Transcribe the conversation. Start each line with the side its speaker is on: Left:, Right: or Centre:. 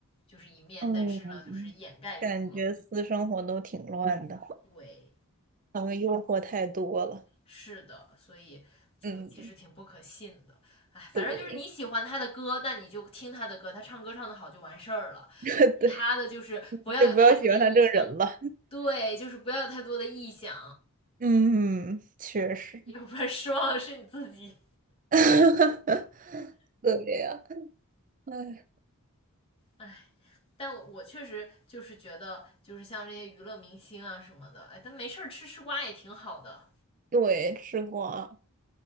Left: 就是一面，
Right: 嗯，
Left: 但是呢，就是掩盖住了。
Right: 感觉私生活都挺乱的，
Left: 对，
Right: 他们诱惑太多了。
Left: 是的，所以就其实挺不可信的。
Right: 嗯，
Left: 哎，反正就是你喜欢他的歌，
Right: 对，
Left: 那你就听他的歌，他唱歌唱得好就完事儿了。
Right: <laughs>
Left: 其他的就是不要有太多的臆想，
Right: 对。就不要喜欢他这个人了。
Left: 对，就是不要有太多的臆想。
Right: 嗯，确实，
Left: 要不然失望的是你自己。
Right: <laughs> 对呀，哎，
Left: 哎，但我确实就是觉得，就是像这些娱乐明星啊什么的，哎，但没事儿吃吃瓜也挺好的。
Right: 对，吃瓜，